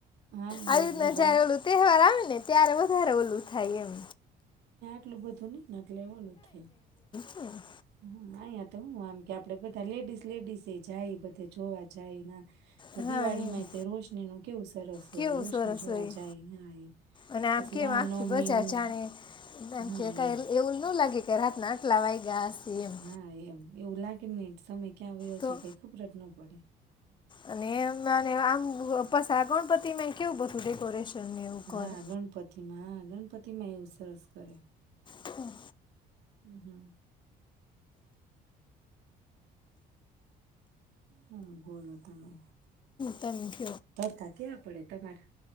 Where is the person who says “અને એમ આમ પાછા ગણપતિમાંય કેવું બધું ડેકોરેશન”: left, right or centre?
Left